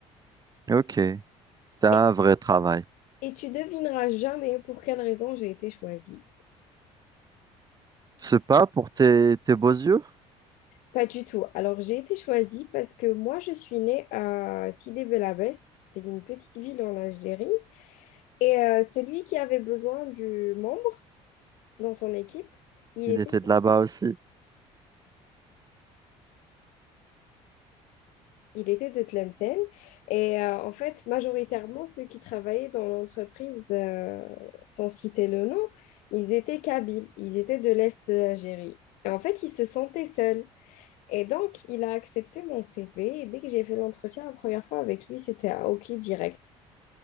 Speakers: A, on the right; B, on the left.
A: OK. C'était un
B: Et,
A: vrai travail.
B: et tu devineras jamais pour quelle raison j'ai été choisie.
A: C'est pas pour tes, tes beaux yeux?
B: Pas du tout. Alors j'ai été choisie parce que moi je suis née à Sidi Belabès, c'est une petite ville en Algérie. Et euh, celui qui avait besoin du membre dans son équipe, il
A: Il
B: était
A: était de là-bas aussi.
B: Il était de Tlemcen. Et euh, en fait, majoritairement, ceux qui travaillaient dans l'entreprise, euh, sans citer le nom, ils étaient Kabyles. Ils étaient de l'Est de l'Algérie. Et en fait, ils se sentaient seuls. Et donc, il a accepté mon CV. Et dès que j'ai fait l'entretien la première fois avec lui, c'était à OK direct.